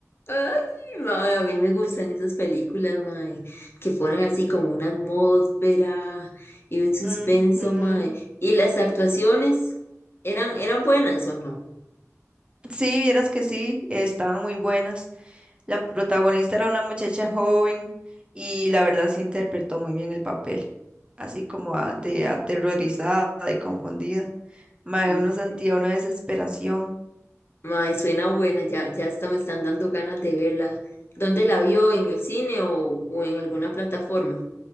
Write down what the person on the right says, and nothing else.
Ujú.
Sí, vieras que sí, estaban muy buenas. La protagonista era una muchacha joven y la verdad se interpretó muy bien el papel, así como a- de aterrorizada y confundida. Mae,
uno sentía una desesperación.